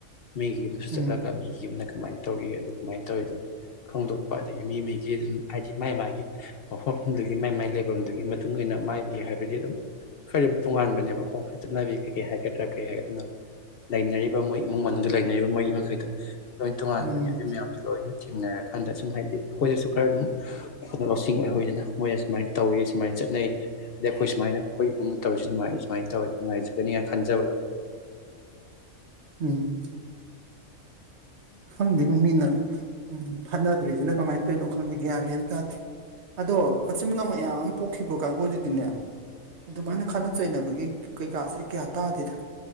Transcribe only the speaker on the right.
ꯎꯝ
ꯎꯝ
ꯎꯝ ꯈꯪꯗꯦ ꯃꯤꯅꯤꯅ ꯎꯝ ꯐꯠꯅꯗ꯭ꯔꯤꯁꯤꯅ ꯀꯃꯥꯏꯅ ꯇꯧꯔꯤꯅꯣ ꯈꯪꯗꯦ ꯒ꯭ꯌꯥꯟꯅꯦꯅ ꯇꯥꯗꯦ ꯑꯗꯣ ꯃꯆꯤꯟ ꯃꯅꯥꯎ ꯃꯌꯥꯝ ꯑꯃ ꯄꯣꯛꯈꯤꯕ ꯀꯥꯡꯒꯗꯨꯗꯤꯅꯦ ꯑꯗꯨꯃꯥꯏꯅ ꯈꯠꯅ ꯆꯩꯅꯕꯒꯤ ꯀꯩꯀꯥꯁꯤ ꯀꯌꯥ ꯇꯥꯗꯦꯗ